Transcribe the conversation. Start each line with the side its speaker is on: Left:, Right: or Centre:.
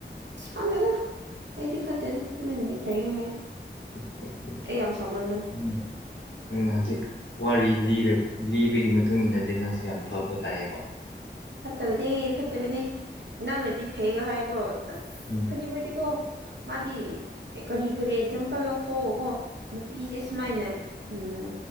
Right: ꯈꯡꯗꯦꯗ ꯑꯩꯗꯤ ꯐꯠꯇꯦꯗ ꯅꯣꯏꯅꯗꯤ ꯐꯩ ꯍꯥꯏꯌꯦ
Left: ꯎ ꯎ ꯎ
Right: ꯑꯩ ꯌꯥꯝ ꯁꯥꯎꯒꯟꯕꯅꯦ
Left: ꯎꯝ <unintelligible> ꯅꯪ ꯍꯧꯖꯤꯛ ꯋꯥꯔꯤ ꯂꯤꯔ ꯂꯤꯕꯒꯤ ꯃꯇꯨꯡ ꯏꯟꯅꯗꯤ ꯅꯪꯁꯤ ꯌꯥꯝ ꯐꯕ ꯇꯥꯏꯑꯕ
Right: ꯐꯠꯇꯕꯅꯦ ꯐꯠꯇꯕꯅꯦ ꯅꯪꯅꯗꯤ ꯐꯩꯒ ꯍꯥꯏꯑꯀꯣ ꯑꯁ
Left: ꯎꯝ
Right: ꯐꯅꯤꯄꯨꯔꯗꯤꯀꯣ ꯃꯥꯗꯤ ꯀꯔꯤ ꯀꯔꯤ ꯑꯦꯛꯖꯥꯝꯄꯜ ꯂꯧꯊꯣꯛꯎꯑꯒꯀꯣ ꯅꯨꯄꯤꯁꯦ ꯁꯨꯃꯥꯏꯅ ꯎꯝ